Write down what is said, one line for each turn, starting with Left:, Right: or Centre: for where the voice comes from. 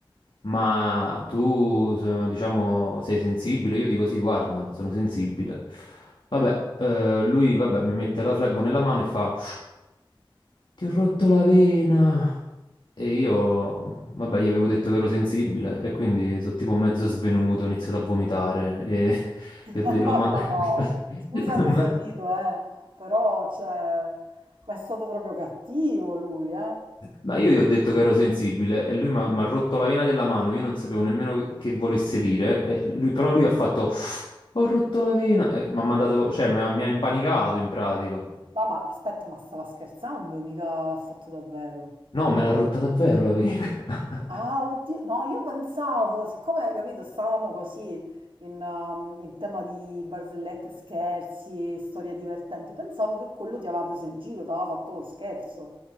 Left: ma tu, se- diciamo, sei sensibile? Io dico sì, guarda, sono sensibile. Vabbè, eh, lui vabbè, mi mette la flebo nella mano e fa: Ti ho rotto la vena. E io, vabbè, gli avevo detto che ero sensibile e quindi sono tipo mezzo svenuto, ho iniziato a vomitare e <laughs>
Right: <laughs>
Left: gli ho de- l'ho mandato.
Right: Ma no,
Left: <laughs>
Right: scusami
Left: l'ho mand-
Right: se rido, eh, però, cioè, ma è stato proprio cattivo lui, eh.
Left: Ma io gli ho detto che ero sensibile e lui mi ha mi ha rotto la vena della mano, io non sapevo nemmeno che volesse dire, e lui, però lui ha fatto ho rotto la vena, e mi ha mandato, cioè mi ha mi ha impanicato in pratica.
Right: No, ma aspetta, ma stava scherzando, mica l'ha fatto davvero.
Left: No, me l'ha rotta davvero la vena. <laughs>
Right: Ah, oddio, no, io pensavo, siccome, capito, stavamo così in, um, in tema di barzellette, scherzi, storie divertenti, pensavo che quello ti aveva preso in giro, ti aveva fatto lo scherzo,